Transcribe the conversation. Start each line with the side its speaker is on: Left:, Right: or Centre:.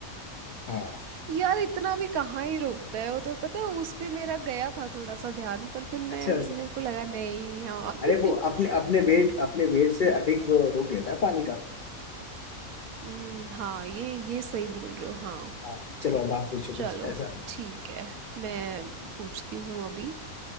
Left: हाँ
Right: यार इतना भी कहाँ ही रोकता है वो तो पता है उस पे मेरा गया था थोड़ा सा ध्यान पर फिर मैं
Left: अच्छा
Right: मेरे को लगा नहीं हाँ
Left: अरे
Right: <laughs>
Left: वो अपने अपने वेट अपने वेट से अधिक वो रोक लेता है पानी का
Right: हम्म हाँ ये ये सही बोल रहे हो हाँ
Left: हाँ चलो अब आप पूछो कुछ
Right: चलो
Left: ऐसा
Right: ठीक है मैं पूछती हूँ अभी